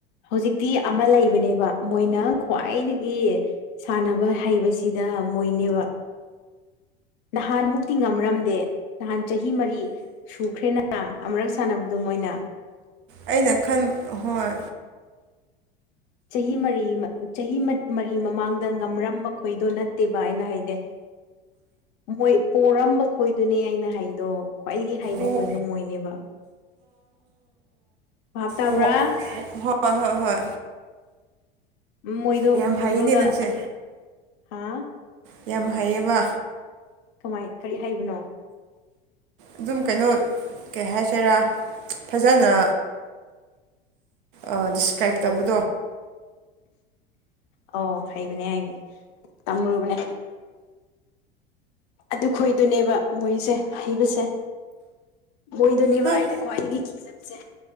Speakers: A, on the left; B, on the right.
A: ꯍꯧꯖꯤꯛꯇꯤ ꯑꯃ ꯂꯩꯕꯅꯦꯕ ꯃꯣꯏꯅ ꯈ꯭ꯋꯥꯏꯗꯒꯤ ꯁꯥꯟꯅꯕ ꯍꯩꯕꯁꯤꯗ ꯃꯣꯏꯅꯦꯕ ꯅꯍꯥꯟ ꯃꯨꯛꯇꯤ ꯉꯝꯔꯝꯗꯦ ꯅꯍꯥꯟ ꯆꯍꯤ ꯃꯔꯤ ꯁꯨꯈ꯭ꯔꯦꯅ ꯑꯃꯨꯔꯛ ꯁꯥꯟꯅꯕꯗꯣ ꯃꯣꯏꯅ ꯑꯥ
B: ꯑꯩꯅ ꯈꯟꯕ ꯍꯣꯏ
A: ꯆꯍꯤ ꯃꯔꯤ ꯆꯍꯤ ꯃꯔꯤ ꯃꯃꯥꯡꯗ ꯉꯝꯔꯝꯕ ꯑꯩꯈꯣꯏꯗꯣ ꯅꯠꯇꯦꯕ ꯑꯩꯅ ꯍꯥꯏꯗꯤ ꯃꯣꯏ ꯄꯣꯔꯝꯕ ꯈꯣꯏꯗꯨꯅꯦ ꯑꯩꯅ ꯍꯥꯏꯗꯣ ꯈ꯭ꯋꯥꯏꯗꯒꯤ ꯍꯩꯕ
B: ꯑꯣ
A: ꯈꯣꯏꯗꯣ ꯃꯣꯏꯅꯦꯕ ꯕꯥꯞ ꯇꯕ꯭ꯔꯥ
B: ꯑꯣ ꯍꯣꯏ ꯍꯣꯏ ꯍꯣꯏ
A: ꯃꯣꯏꯗꯣ
B: ꯌꯥꯝ
A: ꯃꯨꯔꯒ
B: ꯍꯩꯅꯦ ꯅꯪꯁꯦ
A: ꯍꯥ
B: ꯌꯥꯝ ꯍꯩꯌꯦꯕ
A: ꯀꯃꯥꯏ ꯀꯔꯤ ꯍꯥꯏꯕꯅꯣ
B: ꯑꯗꯨꯝ ꯀꯩꯅꯣ ꯀꯩ ꯍꯥꯏꯁꯤꯔꯥ ꯐꯖꯅ ꯑꯥ ꯗꯤꯁꯀ꯭ꯔꯥꯏꯞ ꯇꯧꯕꯗꯣ
A: ꯑꯧ ꯍꯩꯕꯅꯦ ꯍꯩꯕꯅꯦ ꯇꯝꯃꯨꯔꯕꯅꯦ ꯑꯗꯨ ꯈꯣꯏꯗꯨꯅꯦꯕ ꯃꯣꯏꯁꯦ ꯍꯩꯕꯁꯦ ꯃꯣꯏꯗꯨꯅꯦꯕ
B: ꯅꯪ
A: ꯑꯩꯅ ꯈ꯭ꯋꯥꯏꯗꯒꯤ ꯀꯤꯖꯕꯁꯦ